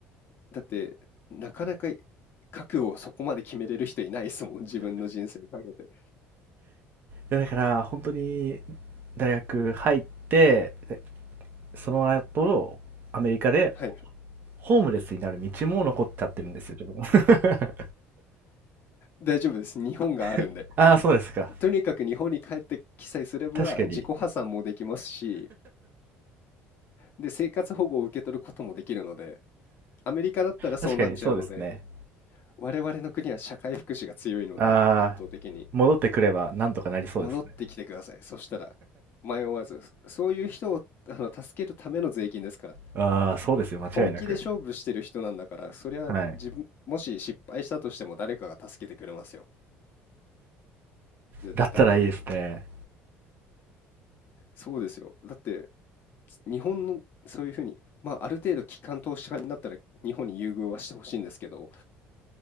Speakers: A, on the left; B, on the right.
A: だってなかなか覚悟をそこまで決めれる人いないですもん、自分の人生にかけて。
B: や、だから本当に大学入って、でその後、アメリカで
A: はい、
B: ホームレスになる道も残っちゃってるんですよ、自分は。
A: 大丈夫です。日本があるんで。
B: <laughs> ああ、そうですか。
A: とにかく日本に帰ってきさえすれば自己破産もできますし、
B: 確かに
A: で、生活保護を受け取ることもできるので、アメリカだったらそうなっちゃうので、
B: 確かにそうですね。
A: 我々の国は社会福祉が強いので、
B: ああ、
A: 圧倒的に。
B: 戻ってくればなんとかなりそうですね。
A: 戻ってきてください。そしたら迷わず、そういう人をあの助けるための税金ですから、
B: ああ、そうですよ、間違いなく。
A: 本気で勝負してる人なんだから、そりゃ自分、
B: はい。
A: もし失敗したとしても誰かが助けてくれますよ。絶対に。
B: だったらいいですね。
A: そうですよ。だって、日本のそういうふうに、まあ、ある程度、機関投資家になったら日本に優遇はしてほしいんですけど、